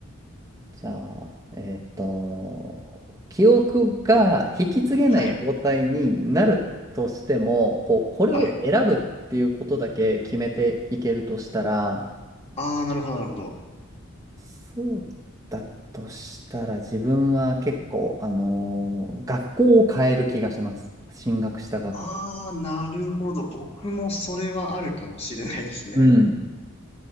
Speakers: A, on the right; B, on the left.
A: じゃあ、えっと、記憶が引き継げない状態になるとしても、
B: はい。
A: こう、これを選ぶっていうことだけ決めていけるとしたら、
B: はい。ああ、なるほど、なるほど。
A: そうだとしたら自分は結構、あのー学校を変える気がします。進学した学校。
B: ああ、なるほど。僕もそれはあるかもしれないですね。
A: うん。